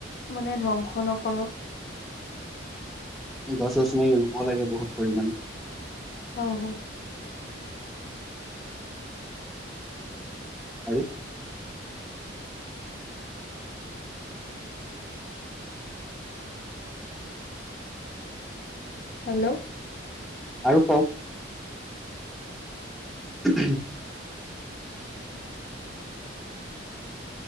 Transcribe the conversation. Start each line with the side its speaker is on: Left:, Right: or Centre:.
Left: মানে ধ্বংস নকৰক।
Centre: গছ-গছনি ৰুব লাগে বহুত পৰিমাণে।
Left: হ হ।
Centre: আৰু?
Left: হেল্ল'।
Centre: আৰু কওক? <unintelligible>